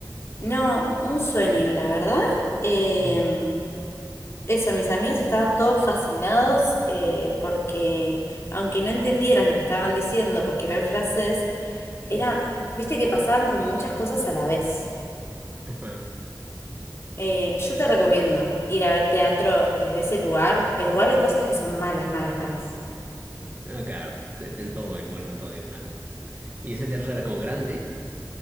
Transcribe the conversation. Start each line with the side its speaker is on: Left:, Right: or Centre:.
Left: No, un sueño, la verdad. Eh,
Right: Mm,
Left: eso, mis amigos estaban todos fascinados eh, porque, aunque no entendieras lo que estaban diciendo porque era en francés, era,
Right: mm,
Left: viste que pasaban como muchas cosas a la vez.
Right: ajá.
Left: Eh, yo te recomiendo ir a ver teatro desde ese lugar. e Igual hay cosas que son malas, malas, malas.
Right: Ah, claro, de- de- en todo hay bueno, en todo hay malo. Y ese teatro era como grande,